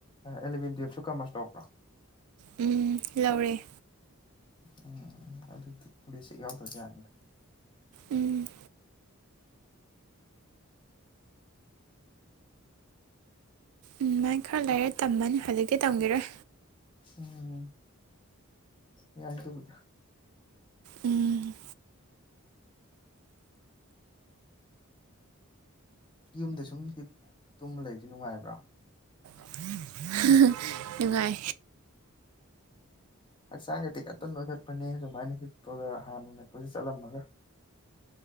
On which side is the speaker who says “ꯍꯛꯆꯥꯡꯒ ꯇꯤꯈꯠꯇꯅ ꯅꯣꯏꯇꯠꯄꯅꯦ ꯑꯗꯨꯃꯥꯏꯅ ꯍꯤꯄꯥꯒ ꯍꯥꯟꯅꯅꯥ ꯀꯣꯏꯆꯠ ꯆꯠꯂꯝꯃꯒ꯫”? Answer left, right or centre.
Left